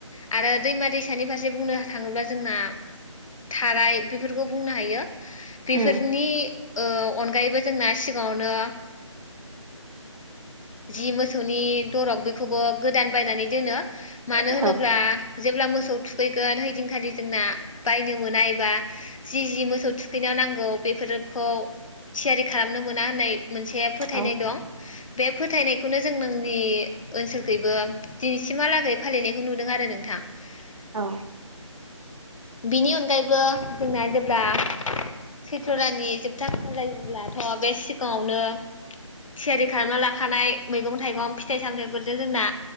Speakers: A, on the left; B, on the right.
A: आरो दैमा दैसानि फारसे बुंनो थाङोब्ला जोंना थाराय बेफोरखौ बुंनो हायो बेफोरनि
B: उम
A: ओ अनगायैबो जोंना सिगाङावनो जि मोसौनि दरग बेखौबो गोदान बायनानै दोनो। मानो
B: औ
A: होनोब्ला जेब्ला मोसौ थुखैगोन हैदिनखालि जोंना बायनो मोना एबा जि जि मोसौ थुखैनायाव नांगौ बेफोर रोखौ थियारि खालामनो मोना होननाय मोनसे फोथायनाय
B: उम
A: दं। बे फोथायनायखौनो जों नोंनि ओनसोलखैबो दिनैसिमहालागै फालिनायखौ नुदों आरो नोंथां। <unintelligible>
B: औ।
A: बिनि अनगायैबो जोंना जेब्ला सैथ्र' दाननि जोबथा खालार जायो अब्लाथ' बे सिगाङावनो थियारि खालामना लाखानाय मैगं थाइगं फिथाइ सामथायाइफोरजों जोंना